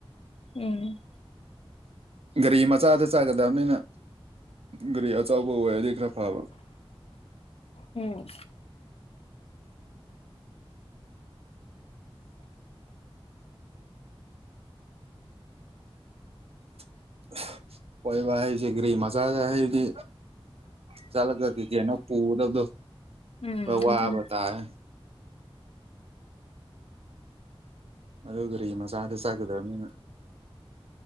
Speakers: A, on the left; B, on the right.
A: ꯎꯝ
B: ꯒꯥꯔꯤ ꯃꯆꯥꯗ ꯆꯥꯒꯗꯕꯅꯤꯅ ꯒꯥꯌꯤ ꯑꯆꯧꯕ ꯑꯣꯏꯗꯤ ꯈꯔ ꯐꯥꯕ
A: ꯎꯝ
B: <inaudible> ꯀꯣꯏꯕ ꯍꯥꯏꯁꯦ ꯒꯔꯤ ꯃꯆꯥꯗ ꯍꯥꯏꯕꯗꯤ ꯆꯠꯂꯒ ꯀꯩꯀꯩꯅꯣ ꯄꯨꯒꯗꯕꯗꯣ
A: ꯎꯝ
B: ꯋꯥꯕ
A: ꯑꯗꯨꯅ
B: ꯇꯔꯦ ꯑꯗꯨ ꯀꯔꯤ ꯃꯆꯥꯗ ꯆꯥꯛꯀꯗꯕꯅꯤꯅ